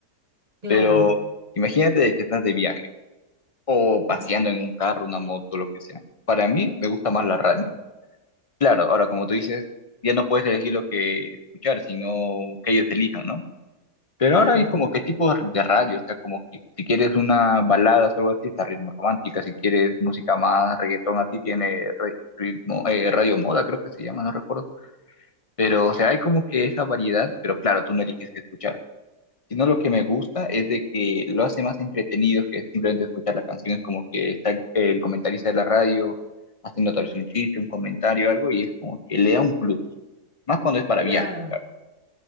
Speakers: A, on the right; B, on the left.
A: Claro,
B: Pero imagínate de que estás de viaje o paseando
A: ajá,
B: en un carro, una moto, lo que sea. Para mí me gusta más la radio. Claro, ahora como tú dices, ya no puedes elegir lo que escuchar, sino que ellos elijan, ¿no? Pero
A: claro,
B: ahora hay como que tipos de radio, o sea, como que si quieres una balada o algo así, está ritmo romántica, si quieres música más reggaetón así, tiene re- ritmo, eh, radio moda, creo que se llama, no recuerdo. Pero, o sea, hay como que esa variedad, pero claro, tú no eliges qué escuchar. Sino lo que me gusta es de que lo hace más entretenido que simplemente escuchar la canción, es como que está el, el comentarista de la radio haciendo tal vez un chiste, un comentario, algo, y es como que le da un plus, más cuando es para viaje
A: claro.
B: claro.